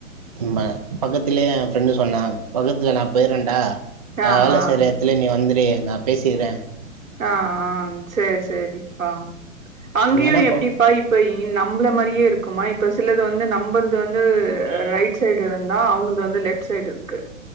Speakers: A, on the right; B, on the right.
A: ப பக்கத்திலே ஏ ஃப்ரெண்ட்டு சொன்னா பக்கத்துல நா பெயறேன்டா நா
B: ஆ
A: வேல
B: ஆ
A: செய்ற
B: சரி
A: எடத்துலயே நீ வந்துரு நா பேசிர்றே
B: ஆ ஆ செரி செரி பா அங்கயு
A: என்னன்னா
B: எப்டிப்பா
A: கோ
B: இப்ப இ நம்மள மாரியே இருக்குமா இப்ப சிலது வந்து நம்பள்து வந்து ரைட் சைடு இருந்தா அவுங்கள்து வந்து லெப்ட் சைடு இருக்கு